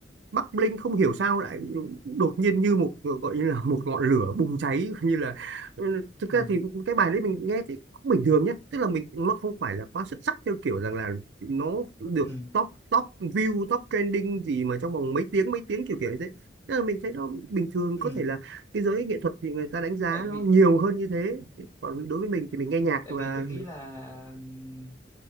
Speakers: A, on the right (about 70°); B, on the left (about 15°).
A: Bắc Linh không hiểu sao lại đột nhiên như một gọi như là một ngọn lửa bùng cháy như là ừ, thực
B: ừ
A: ra thì cái bài đấy mình nghe thì cũng bình thường nhé tức là mình nó không phải là quá xuất sắc theo kiểu rằng là nó được
B: ừ
A: top top view top trending gì mà trong vòng mấy tiếng mấy tiếng kiểu kiểu như thế Tức là mình thấy nó bình thường
B: ừ
A: có thể là cái giới nghệ thuật thì người ta đánh giá
B: tại vì
A: nó nhiều hơn như thế còn đối với mình thì mình nghe nhạc
B: tại
A: và
B: vì tôi nghĩ là ừm,